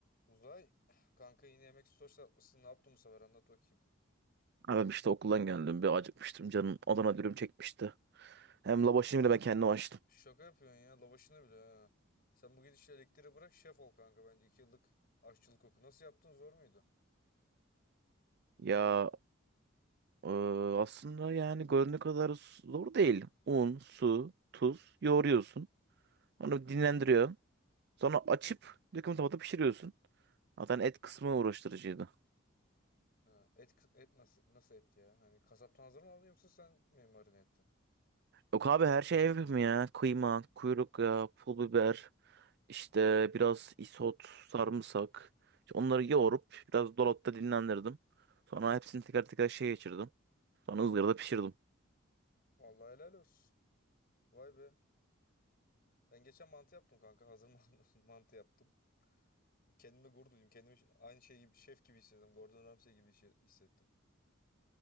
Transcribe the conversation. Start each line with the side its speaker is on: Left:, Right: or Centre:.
Left: Uzay kanka yine yemek stories atmışsın. Ne yaptın bu sefer anlat bakayım.
Right: Abi işte okuldan geldim. Bir acıkmıştım. Canım Adana dürüm çekmişti. Hem lavaşını bile ben kendim açtım.
Left: Şaka yapıyorsun ya lavaşını bile ha. Sen bu gidişle elektriği bırak şef ol kanka bence. iki yıllık aşçılık oku. Nasıl yaptın zor muydu?
Right: Ya e, aslında yani göründüğü kadar zor değil. Un, su, tuz yoğuruyorsun. Onu dinlendiriyorsun. Sonra açıp döküm tavada pişiriyorsun. Zaten et kısmı uğraştırıcıydı.
Left: Ha, et, et nasıl, nasıl et ya? Hani kasaptan hazır mı aldın yoksa sen mi marine ettin?
Right: Yok abi her şey ev mi ya? Kıyma, kuyruk yağı, pul biber, işte biraz isot, sarımsak. İşte onları yoğurup biraz dolapta dinlendirdim. Sonra hepsini teker teker şey geçirdim. Sonra ızgarada pişirdim.
Left: Vallahi helal olsun. Vay be. Ben geçen mantı yaptım kanka. Hazır mantı <laughs> mantı yaptım. Kendime gurur duydum. Kendimi ş- aynı şey gibi, şef gibi hissettim. Gordon Ramsay gibi şey- hissettim.